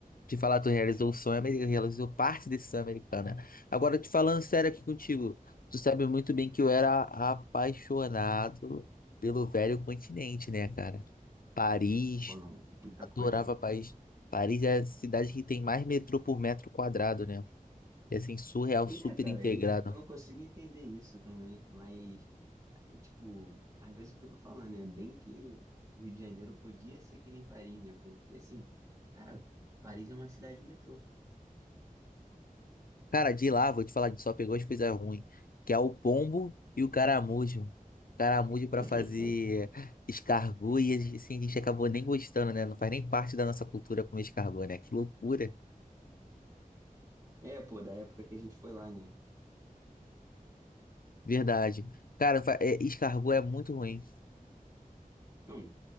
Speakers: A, on the left (about 80°); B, on the right (about 20°).
A: Te falar, tu realizou o sonho americano, realizou parte desse sonho americano, né? Agora, te falando sério aqui contigo, tu sabe muito bem que eu era apaixonado pelo velho continente, né, cara? Paris,
B: Porra, muita
A: Adorava
B: coisa.
A: Paris. Paris é a cidade que tem mais metrô por metro quadrado, né? É assim, surreal,
B: Não
A: super
B: é, cara,
A: integrado.
B: e- eu não consigo entender isso também, mas É, tipo, às vezes eu fico falando, né? Bem que o Rio de Janeiro podia ser que nem Paris, né? Porque, assim, cara, Paris é uma cidade metrô. pô.
A: Cara, de lá, vou te falar, a gente só pegou as coisas ruins, que é o pombo e o caramujo. Caramujo pra
B: <laughs>
A: fazer escargot e assim, a gente acabou nem gostando, né? Não faz nem parte da nossa cultura comer escargot, né? Que loucura.
B: É, pô, da época que a gente foi lá, né?
A: Verdade. Cara, fa- é, escargot é muito ruim.
B: Não,